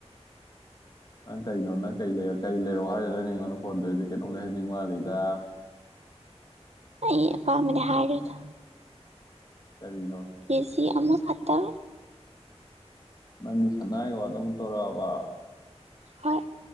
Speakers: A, on the left; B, on the right.
A: ꯅꯪ ꯀꯩꯅꯣ ꯅꯪ ꯀꯔꯤ ꯂꯩ ꯀꯔꯤ ꯊꯣꯡꯂꯩꯔꯣ ꯍꯥꯏꯗꯨꯗ ꯑꯩꯅ ꯑꯩꯉꯣꯟꯗ ꯐꯣꯟ ꯇꯧꯔꯤꯁꯦ ꯀꯩꯅꯣꯝ ꯂꯩꯍꯟꯅꯤꯡ ꯃꯥꯜꯂꯤꯗ
B: ꯑ ꯑꯄꯥꯝꯕꯅꯦ ꯍꯥꯏꯔꯗ
A: ꯀꯔꯤꯅꯣ
B: ꯀꯦꯖꯤ ꯑꯃꯨꯛ ꯐꯠꯇ
A: ꯅꯪꯒꯤ ꯁꯅꯥꯒꯤ ꯋꯥꯗ ꯑꯃ ꯇꯧꯔꯛꯑꯕ
B: ꯍꯣꯏ